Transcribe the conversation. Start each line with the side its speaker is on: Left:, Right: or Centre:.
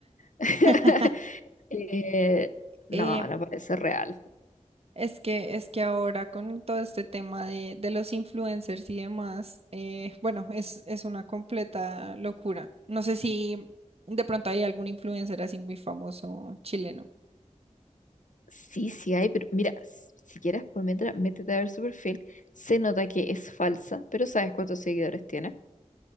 Left: <laughs>
Right: <laughs>
Left: Eh, no,
Right: Eh,
Left: no parece real.
Right: es que, es que ahora con todo este tema de, de los influencers y demás, eh, bueno, es, es una completa locura. No sé si de pronto hay algún influencer así muy famoso chileno.
Left: Sí, sí hay, pero mira, s- si quieres, por mientras, métete a ver su perfil. Se nota que es falsa, pero ¿sabes cuántos seguidores tiene?